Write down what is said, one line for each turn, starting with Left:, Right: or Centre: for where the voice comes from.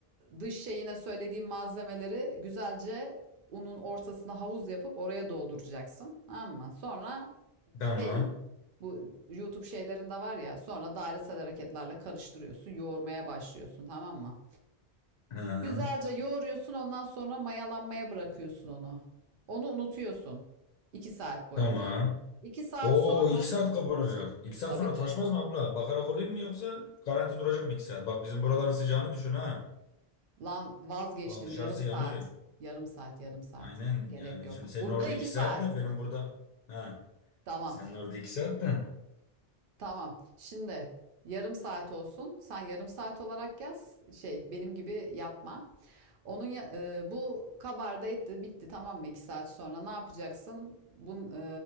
Right: dış şeyine söylediğim malzemeleri güzelce unun ortasına havuz yapıp oraya dolduracaksın. Tamam mı? Sonra
Left: Tamam.
Right: belli. Bu YouTube şeylerinde var ya sonra dairesel hareketlerle karıştırıyorsun, yoğurmaya başlıyorsun tamam mı?
Left: Hı, hı.
Right: Güzelce yoğuruyorsun ondan sonra mayalanmaya bırakıyorsun onu. Onu unutuyorsun 2 saat boyunca.
Left: tamam.
Right: 2 saat
Left: Oo
Right: sonra
Left: iki saat kapanacak. İki saat
Right: tabii
Left: sonra
Right: t-
Left: taşmaz mı abla? Bakarak olayım mı yoksa garanti duracak mı iki saat? Bak bizim buraların sıcağını düşün ha.
Right: lan vazgeçtim
Left: Şu an dışarısı
Right: yarım saat.
Left: yanıyor.
Right: Yarım saat, yarım saat.
Left: Aynen
Right: Gerek
Left: yani
Right: yok.
Left: şimdi senin
Right: Burada
Left: orada
Right: 2
Left: iki
Right: saat.
Left: saat de benim burada ha
Right: <laughs> Tamam.
Left: senin orada iki saat de
Right: Tamam. Şimdi yarım saat olsun. Sen yarım saat olarak yaz. Şey benim gibi yapma. Onun ya- e, bu kabarda etti bitti tamam mı? 2 saat sonra ne yapacaksın? Bunu e,